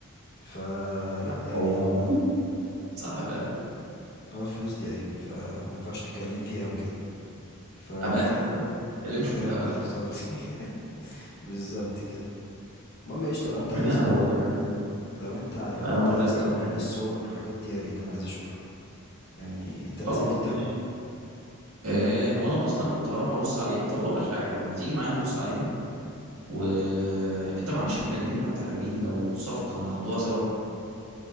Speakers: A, on the left; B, on the right.
A: فلا يعني
B: هو
A: اتمنى
B: صح فعلا
A: هو الفلوس دي عيب فما ينفعش تتكلم فيها وكده ف
B: اباحه اباحه ما تتكلمش
A: قباحة
B: في الاباحه
A: بالظبط <laughs> بالظبط كده المهم يا قشطة لو انت عايز
B: لا
A: برضو
B: هو كمان
A: لو انت لو
B: انا
A: انت
B: اقول
A: عايز
B: لك
A: توريني
B: على حاجه
A: الصور والحاجات دي يا ريت انا عايز اشوفها يعني انت نازل
B: خلاص
A: امتى
B: ماشي إيه هو انا اصلا كنت هروح ابص عليها طب هقول لك حاجه حلوه ما تيجي معايا نبص عليها وانت معكش مليمين حتى حلوين لو صفقه ناخدوها سوا